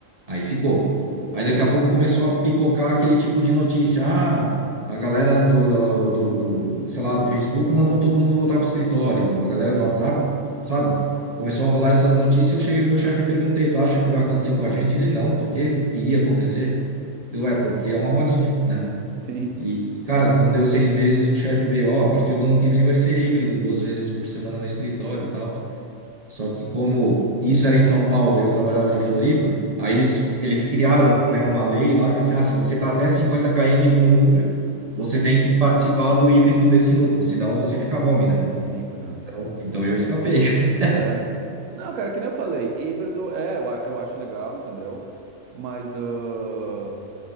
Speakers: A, on the right (about 35°); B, on the right (about 75°).
A: Aí ficou. Aí daqui a pouco começou a pipocar aquele tipo de notícia: ah, a galera do, do, do, do- do- sei lá, do Facebook mandou todo mundo voltar para o escritório, a galera
B: Hum.
A: do WhatsApp, sabe? Começou a rolar essas notícias. Eu cheguei pro meu chefe e perguntei: tu acha que vai acontecer com a gente? Ele não, porque queria acontecer. Deu, é, porque é uma modinha, né?
B: Sim,
A: E, cara, não deu seis meses, o chefe veio, ó, a partir do ano que vem vai ser híbrido, duas vezes por semana no escritório e tal. Só que como isso era em São Paulo e eu trabalhava de Floripa, aí eles, eles criaram, né, uma lei lá que é assim, ah, se você está até 50 km de um núcleo, você tem que participar do híbrido desse núcleo, senão você fica home, né?
B: não fica.
A: Então, então eu escapei. <laughs>
B: É. É. Não, cara, que nem eu falei, híbrido é, eu, a- eu acho legal, entendeu? Mas ah,